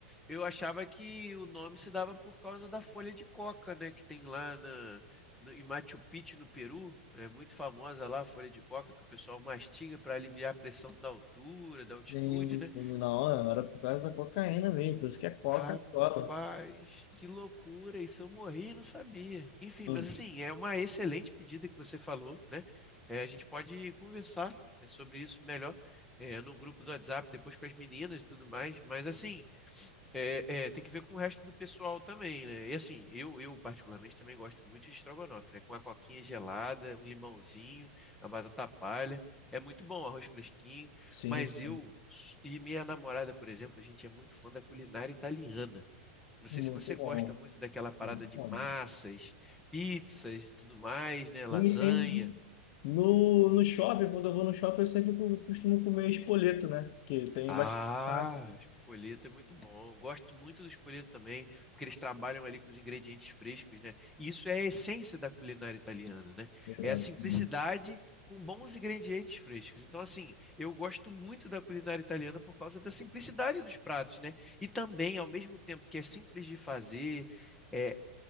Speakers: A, in the centre; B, on the left.
A: eu achava que o nome se dava por causa da folha de coca, né? Que tem lá na, no- em Machu Picchu, no Peru. É muito famosa lá a folha de coca que o pessoal mastiga para aliviar a pressão da altura, da altitude,
B: Sim,
A: né?
B: sim, não, era por causa da cocaína mesmo, por isso que é Coca-Cola.
A: Rapaz, que loucura! Isso eu morri e não sabia. Enfim,
B: Hum,
A: mas assim, é uma excelente pedida que você falou, né? É, a gente pode conversar, né, sobre isso melhor, é, no grupo do WhatsApp, depois com as meninas e tudo mais. Mas assim, é, é, tem que ver com o resto do pessoal também, né? E assim, eu, eu particularmente também gosto muito de estrogonofe, né? Com a coquinha gelada, um limãozinho, a batata palha. É muito bom, arroz fresquinho.
B: Sim,
A: Mas
B: sim,
A: eu e minha namorada, por exemplo, a gente é muito fã da culinária italiana. Não sei
B: muito
A: se você gosta
B: bom,
A: muito daquela parada
B: muito
A: de
B: bom.
A: massas, pizzas e tudo mais, né?
B: Sim,
A: Lasanha.
B: sim. sim. No, no shopping, quando eu vou no shopping, eu sempre co- costumo comer espoleto, né? Que tem
A: Ah,
B: bastante massa.
A: espoleto é muito bom. Gosto muito do espoleto também, porque eles trabalham ali com os ingredientes frescos, né? E isso é a essência da culinária italiana, né?
B: Exatamente.
A: É a simplicidade com bons ingredientes frescos. Então, assim, eu gosto muito da culinária italiana por causa da simplicidade dos pratos, né? E também, ao mesmo tempo que é simples de fazer, é